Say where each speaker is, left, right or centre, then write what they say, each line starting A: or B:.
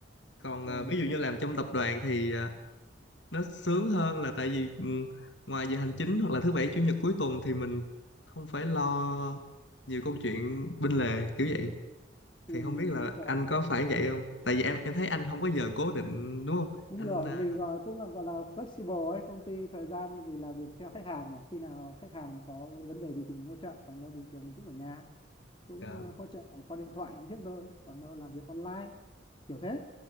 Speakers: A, on the left (about 80°); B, on the left (about 30°).
A: còn
B: ừ,
A: ờ, ví dụ như làm trong tập đoàn thì ờ, nó sướng hơn là tại vì ừm, ngoài giờ hành chính hoặc là thứ bảy chủ nhật cuối tuần thì mình không phải lo nhiều câu chuyện bên lề kiểu vậy
B: ừ,
A: thì không biết là
B: đúng
A: anh có phải vậy không tại vì em em thấy anh không có giờ cố định đúng không
B: Đúng
A: anh
B: rồi,
A: ờ,
B: mình gọi cũng là gọi là flexible ấy, công ty thời gian vì làm việc theo khách hàng mà khi nào khách hàng có vấn đề gì thì mình hỗ trợ, còn đâu bình thường mình cũng ở nhà, cũng
A: dạ.
B: ờ, hỗ trợ qua điện thoại thiết thôi, còn đâu làm việc online, kiểu thế.